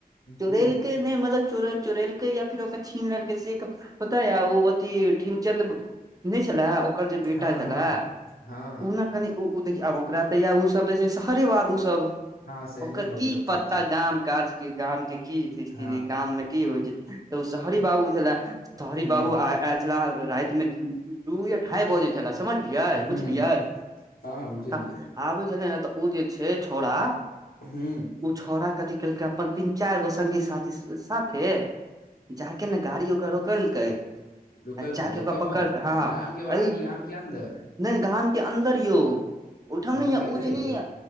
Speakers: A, on the left; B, on the right.
A: ह
B: चोरेल के नहि मतलब चो चोर या फेर ओकरा छीन लेलकै से पता या ओ अथी ढीमचंद नहि छले ओकर जे बेटा
A: हँ
B: छलै
A: हँ
B: ओ
A: हँ
B: ने कनि ओ देखिय आब ओकरा तऽ य ओ सब जे छै शहरे बाबू सब
A: हँ शहरी
B: ओकर
A: बाबू
B: की
A: सब छै
B: पत्ता
A: ओतऽ
B: गाम काजके गाम के की स्थित
A: हँ
B: गाम मे की होइ छल तऽ ओ शहरी बाबू छलै सरी
A: हूँ
B: बाबू आ छल राति मे दू या ढाई बजे समझलिय बुझलियै
A: हूँ हँ हँ बुझलियै
B: तऽ आबै छै ने तऽ ओ जे छै छौड़ा
A: हूंम्म
B: ओ छौड़ा कथी केलकै अपन तीन चारगो संगी साथी साथे जाके ने गाड़ी ओकर रोकलकै
A: रोकलकै
B: आ जाके ओकरा
A: एक केम्हर
B: पकड़के हँ
A: गाम के बाहर
B: अय
A: की गाम के अन्दर
B: नहि घाम के अन्दर यौ ओहिठाम
A: गाम
B: ने ये
A: के अन्दरे
B: जे नै यए